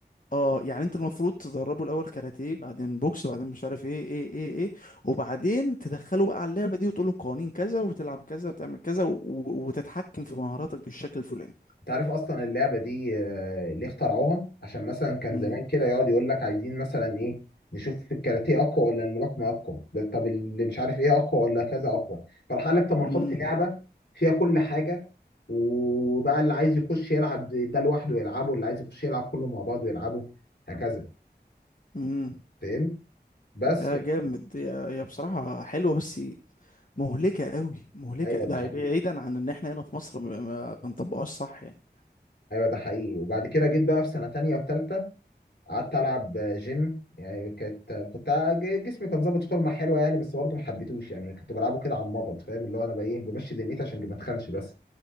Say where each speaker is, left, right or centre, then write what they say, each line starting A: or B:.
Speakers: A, on the left (about 50°); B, on the left (about 70°).
A: اه يعني انت المفروض تدربه الاول كاراتيه بعدين بوكس بعدين مش عارف ايه ايه ايه ايه وبعدين تدخله بقى على اللعبة دي وتقول له قوانين كذا وتلعب كذا وتعمل كذا و- و- وتتحكم في مهاراتك بالشكل الفلاني
B: انت عارف اصلا اللعبه دي آه، ليه اخترعوها عشان مثلا كان
A: امم
B: زمان كده يقعد يقول لك عايزين مثلا ايه نشوف الكاراتيه اقوى ولا الملاكمه اقوى ده طب اللي مش عارف ايه اقوى ولا كذا اقوى فراح قال لك طب ما نحط
A: امم
B: لعبه فيها كل حاجه وبقى اللي عايز يخش يلعب ده لوحده يلعبه واللي عايز يخش يلعب كله مع بعضه يلعبه هكذا
A: امم
B: فهمت بس
A: يا جامد يا يا بصراحة حلوة بس مهلكة قوي مهلكة
B: ايوه
A: ده
B: ده حقيقي
A: بعيدا عن ان احنا هنا في مصر ما ما بنطبقهاش صح يعني
B: ايوه ده حقيقي وبعد كده جيت بقى في سنه تانية وتالتة قعدت العب جيم يعني كانت كنت ج- جسمي كان ظابط فورمه حلوه يعني بس برضه ما حبيتهوش يعني كنت بلعبه كده على المضض فاهم اللي هو انا بقى ايه بمشي دنيتي عشان ما اتخنش بس